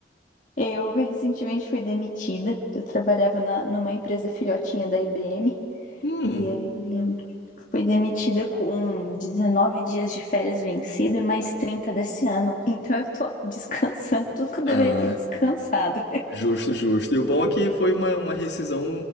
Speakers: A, on the left (about 45°); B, on the left (about 70°).
A: Eu recentemente fui demitida. Eu trabalhava na, numa empresa filhotinha da IBM.
B: Hum,
A: E aí fui demitida com 19 dias de férias vencida e mais 30 desse ano. Então eu tô descansando tudo que eu
B: ah,
A: deveria ter descansado.
B: justo, justo. E o bom é que foi uma, uma rescisão